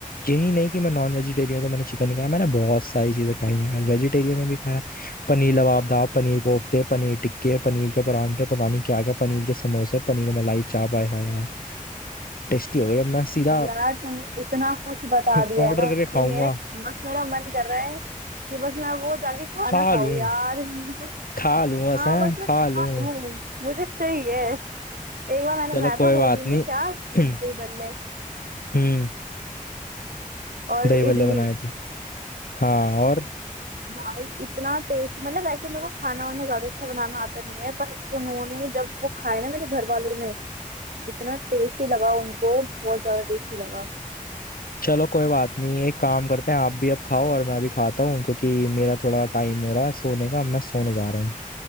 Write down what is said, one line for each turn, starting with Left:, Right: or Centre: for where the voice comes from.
Left: यही नहीं कि मैं नॉन वेजिटेरियन हूँ तो मैंने चिकन ही खाया मैंने बहुत सारी चीजें खाई हैं वेजिटेरियन में भी खाया पनीर लबाबदाब पनीर कोफ्ते पनीर टिक्के पनीर के परांठे पता नहीं क्या क्या पनीर के समोसे पनीर मलाई चाप आए हाय हाय टेस्टी हो गई अब मैं सीधा
Right: अब यार तुमने इतना कुछ बता
Left: <laughs>
Right: दिया
Left: ऑर्डर
Right: है ना
Left: करके खाऊंगा
Right: कि मेरा बस मेरा मन कर रहा है कि बस मैं वो जाके खाना
Left: खा
Right: खाऊं
Left: लूं
Right: यार <laughs> बस-
Left: खा लूं बस
Right: हाँ
Left: हैं
Right: बस मैं
Left: खा
Right: खा
Left: लूं
Right: लूं मुझे चाहिए एक बार मैंने
Left: चलो
Right: बनाया
Left: कोई
Right: था होली
Left: बात
Right: में
Left: नहीं
Right: क्या दही बल्ले
Left: <clears throat> हम्म
Right: और
Left: दही
Right: इडली
Left: बल्ले बनाए थे हाँ और
Right: भाई इतना टेस्टी मतलब वैसे मेरे को खाना वाना ज्यादा अच्छा बनाना आता नहीं है पर उन्होंने जब वो खाया ना मेरे घर वालों ने इतना टेस्टी लगा उनको बहुत ज्यादा टेस्टी लगा
Left: चलो कोई बात नहीं एक काम करते हैं आप भी अब खाओ और मैं भी खाता हूँ क्योंकि मेरा थोड़ा टाइम हो रहा है सोने का मैं सोने जा रहा हूँ